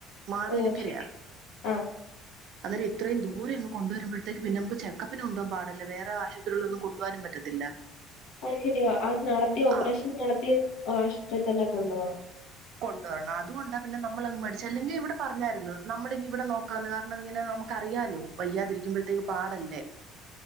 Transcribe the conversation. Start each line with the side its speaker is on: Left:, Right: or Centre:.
Right: മാവേലിക്കരയാ
Left: ഓ ശരി ആഹ്
Right: അന്നേരം ഇത്രയും ദൂരെയങ്ങ് കൊണ്ടുവരുമ്പഴത്തേക്ക് പിന്നമ്മക്ക് ചെക്കപ്പിന് കൊണ്ടൊവു പാടല്ലെ വേറെ ആശുപത്രികളൊന്നും കൊണ്ടു പോകാനും പറ്റത്തില്ല
Left: അയ് ശെരിയ ആ നടത്തിയ ഓപ്പറേഷൻ
Right: ആ
Left: നടത്തിയ ആ ഇഷ്ട തന്നെ കൊണ്ട് പോണം
Right: കൊണ്ടുവരണം അതുകൊണ്ടാ പിന്നെ നമ്മള് മടിച്ച അല്ലെങ്കി ഇവിടെ പറഞ്ഞായിരുന്ന് നമ്മളിങ്ങ് ഇവിടെ നോക്കാന്ന് കാരണം ഇങ്ങനെ നമുക്കറിയാലോ വയ്യാതിരിക്കുമ്പഴത്തേക്ക് പാടല്ലേ